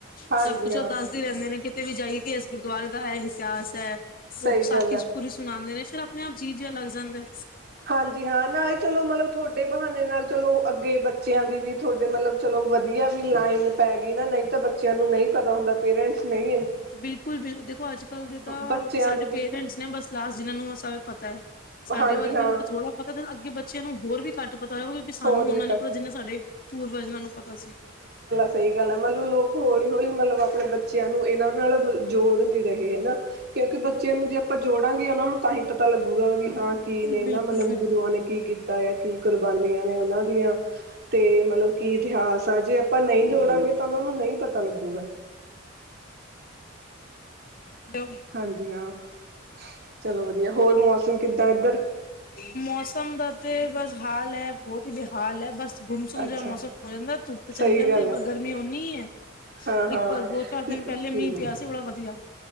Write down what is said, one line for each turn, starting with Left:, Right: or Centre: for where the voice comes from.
Right: ਹਾਂਜੀ
Left: ਸਬ ਕੁਛ
Right: ਹਾਂ
Left: ਓ ਦੱਸਦੇ ਰੈਂਦੇ ਨੇ ਕੇ ਤੇ ਵੀ ਜਾਈਏ ਇਸ ਗੁਰਦੁਆਰੇ ਦਾ ਐ ਇਤਿਹਾਸ ਐ,
Right: ਸਹੀ
Left: ਓ ਵੀ ਸਾਖੀ
Right: ਗੱਲ ਹੈ
Left: ਪੂਰੀ ਸੁਨਾਂਦੇ ਨੇ ਫਿਰ ਨਾ ਜੀ ਜਿਆ ਲੱਗ ਜਾਂਦਾ।
Right: ਹਾਂਜੀ ਹਾਂ ਨਾਲੇ ਚਲੋ ਮਤਲਬ ਥੋਡੇ ਬਹਾਨੇ ਨਾਲ ਚਲੋ ਅੱਗੇ ਬੱਚਿਆਂ ਦੀ ਵੀ ਥੋਡੇ ਮਤਲਬ ਚਲੋ ਵਦੀਆ ਵੀ ਲਾਈਨ ਪੈ ਗੀ ਨਾ ਨਈਂ ਤਾਂ ਬੱਚੇਆਂ ਨੂੰ ਨਈਂ ਪਤਾ ਹੁੰਦਾ ਪੇਰੈਂਟਸ ਨਈਂ
Left: ਬਿਲਕੁਲ ਬਿਲ ਦੇਖੋ ਅੱਜ-ਕੱਲ ਦੇ ਤਾਂ
Right: ਬੱਚਿਆਂ
Left: ਸਾਡੇ
Right: ਨੂੰ ਵੀ
Left: ਪੇਰੈਂਟਸ ਨੇ ਬਸ ਲਸ ਜਿਨਾਂ ਨੂੰ ਓ ਸਬ ਪਤਾ, ਸਾਡੇ
Right: ਹਾਂਜੀ
Left: ਵਰਗੇਆਂ
Right: ਹਾਂ
Left: ਨੂੰ ਥੋੜਾ ਪਤਾ ਅੱਗੇ ਬੱਚੇਆਂ ਨੂੰ ਹੋਰ ਵੀ ਘੱਟ ਤਾਂ ਪਤਾ ਕਿਓਂਕਿ ਸਾਨੂੰ
Right: ਹੋਰ
Left: ਓਨਾਂ
Right: ਵੀ
Left: ਨੀ
Right: ਕ
Left: ਪਤਾ ਜਿੰਨਾ ਸਾਡੇ ਪੂਰਵਜਾਂ ਨੂੰ ਪਤਾ ਸੀ।
Right: ਸਈ ਗੱਲ ਐ ਮਤਲਬ ਲੋਕ ਹੌਲੀ-ਹੌਲੀ ਮਤਲਬ ਆਪਨੇ ਬੱਚੇਆਂ ਨੂੰ ਏਨਾਂ ਨਾਲ ਜੋੜ ਨੀ ਰਹੇ ਹਨਾ। ਕਿਓਂਕਿ ਬੱਚੇਆਂ ਨੂੰ ਜੇ ਆਪਾਂ ਜੋੜਾਂਗੇ ਓਨਾਂ ਨੂੰ ਤਾਂਹੀ ਪਤਾ ਲੱਗੂਗਾ ਵੀ ਹਾਂ ਕੀ ਨੇ
Left: ਬਿਲਕੁਲ
Right: ਨਾ ਮਤਲਬ ਗੁਰੂਆਂ ਨੇ ਕੀ ਕੀਤਾ ਆ ਕੀ ਕੁਰਬਾਨੀਆਂ ਨੇ ਓਨਾਂ ਦੀਆਂ। ਤੇ ਮਤਲਬ ਕੀ ਇਤਿਹਾਸ ਆ ਜੇ ਆਪਾਂ ਨਈਂ ਜੋੜਾਂਗੇ ਤਾਂ ਓਨਾ ਨੂੰ ਨਈਂ ਪਤਾ ਲੱਗੂਗਾ।
Left: ਦੋ
Right: ਹਾਂਜੀ ਹਾਂ, ਚਲੋ ਵਦੀਆ ਹੋਰ ਮੌਸਮ ਕਿੱਦਾਂ ਏਦਰ।
Left: ਮੌਸਮ ਦਾ ਤੇ ਬਸ ਹਾਲ ਐ ਬੋਤ ਈ ਬੇਹਾਲ ਐ ਬਸ। ਗੁੰਮਸੁੰਮ
Right: ਅੱਛਾ
Left: ਜਾ ਮੌਸਮ ਹੋ ਜਾਂਦਾ ਧੁੱਪ ਚਲੀ
Right: ਸਹੀ
Left: ਜਾਂਦੀ
Right: ਗੱਲ
Left: ਐ
Right: ਹੈ
Left: ਪਰ ਗਰਮੀ ਓਨੀ ਐ।
Right: ਹਾਂ ਹਾਂ
Left: ਇੱਕ ਵਾਰ ਦੋ ਚਾਰ ਦਿਨ ਪੈਲੇ ਮੀਂਹ
Right: ਹਮ
Left: ਪਿਆ ਸੀ ਬੜਾ ਵਦੀਆ।